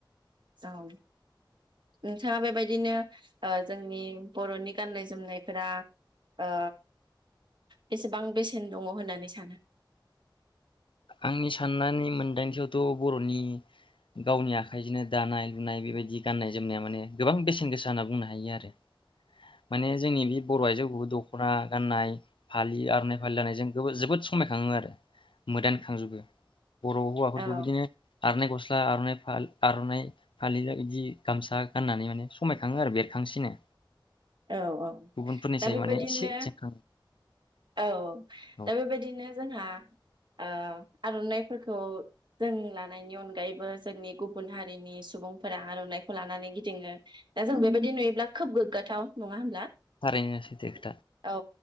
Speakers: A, on the right; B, on the left.
A: जाव नोंथाङा बेबायदिनो ओ जोंनि बर'नि गाननाय जोमनायफोरा ओ बेसेबां बेसेन दङ होननानै सानो?
B: आंनि साननानै मोनदांथियावथ' बर'नि गावनि आखाइजोंनो दानाय लुनाय बिबायदि गाननाय जोमनाया माने गोबां बेसेन गोसा होनना बुंनो हायो आरो माने जोंनि बे बर' आइजोखौबो दख'ना गाननाय फालि आर'नाइ फालि लानायजों जोबोद समायखाङो आरो मोदान खांजोबो बर' हौवाफोरखौ
A: औ
B: बिदिनो आरनाय ग'स्ला फोरा आर'नाइ फालि आर'नाइ फालि बिदि गामसा गाननानै माने समाय खाङो आरो बेरखांसिनो
A: औ औ
B: गुबुनफोरनिसाय
A: दा बेबायदिनो
B: माने एसे जोंखाङो
A: औ
B: औ
A: दा बेबायदिनो दा जोंहा ओ आर'नाइफोरखौ जों लानायनि अनगायैबो जोंनि गुबुन हारिनि सुबुंफोरा आर'नाइखौ लानानै गिदिङो दा जों बेबायदि नुयोब्ला खोब गोग्गाथाव नङा होनब्ला? औ
B: थारैनो सैथो खोथा